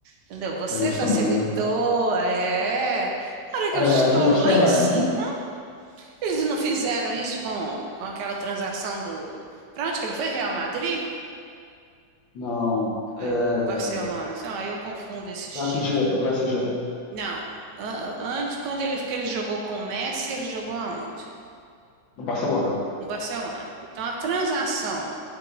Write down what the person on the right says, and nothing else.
entendeu? Você
facilitou,
é. Na hora que
eu estou
lá
em cima Eles não fizeram isso com, com aquela transação do. Para onde que ele foi? Real Madrid?
Foi
o Barcelona. Sei lá, eu confundo esses
times.
Não. a- Antes, quando ele, que ele jogou com o Messi, ele jogou aonde?
No Barcelona. Então, a transação.